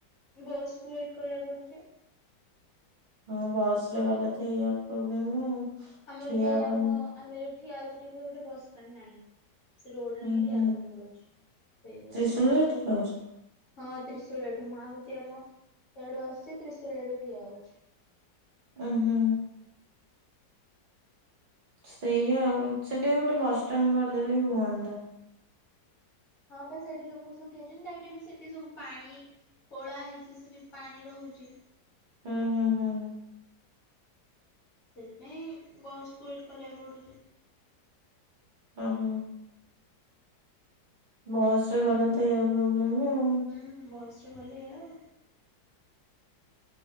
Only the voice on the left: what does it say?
ବସ୍କୁୁ ୱେଟ୍ କରିବାକୁ ପଡୁଛି।
ଆମର
ବି
ଆମ ଆମେ ଯଉଠି ଠିଆ ହଉଚୁ ସେଠି ବି ଗୋଟେ ବସଷ୍ଟାଣ୍ଡ ନାଇଁ। ସେ ରୋଡ
ହିଁ
ଠିଆହବାକୁ ପଡୁଚି ସେଇଥି
ପାଇଁ ଓଦା
ହଁ ତ୍ରିଶୁଳିଆଠୁ ମୁଁ ଆଉଛି ଆମ ସେଆଡୁ ଆସୁଛି ତ୍ରିଶୁଳିଆରେ ଠିଆ ହଉଛି।
ହଁ ପା ସେଇଠି ଲୋକ ସବୁ ଠିଆ ହେଇଛନ୍ତି ତାପରେ ବି ସେଠି ସବୁ ପାଣି ଖୋଳା ହେଇଚି ସେଠି ପାଣି ରହୁଚି।
ସେଇଥିପାଇଁ ବସ୍କୁ ୱେଟ୍ କରିବାକୁ ପଡ଼ୁଛି।
ହୁଁ ବହସ୍ର ଗଲେ ଏଇଆ ଆଉ।